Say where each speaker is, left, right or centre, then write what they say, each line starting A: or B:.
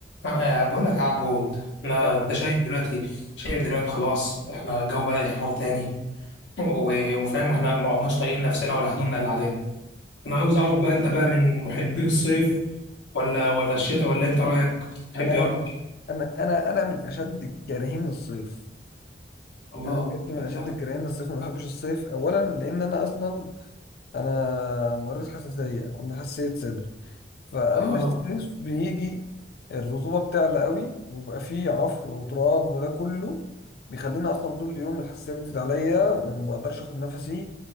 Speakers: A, on the left; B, on the left.
A: آه، بقول لك يا عبود احنا
B: لا،
A: انت شايف دلوقتي شايف دلوقتي خلاص احنا الجو بدأ يحرر تاني و- وفاهم احنا ما عدناش طايقين نفسنا ولا هدومنا اللي علينا انا عاوز اعرف بقى انت بقى من محبين الصيف ولا ولا الشتاء ولا انت رأيك بتحب
B: انا
A: ايه اكتر
B: من انا انا انا من اشد كارهين الصيف
A: الله
B: انا بجد من
A: انت
B: اشد الكارهين الصيف ما بحبش الصيف اولا لان انا اصلا انا مريض حساسيه عندي حساسيه صدر فاما
A: اه
B: الصيف بيجي الرطوبه بتعلى قوي وبقى فيه عفر وتراب وده كله بيخليني اصلا طول اليوم الحساسيه بتزيد عليا وما بقدرش اخد نفسي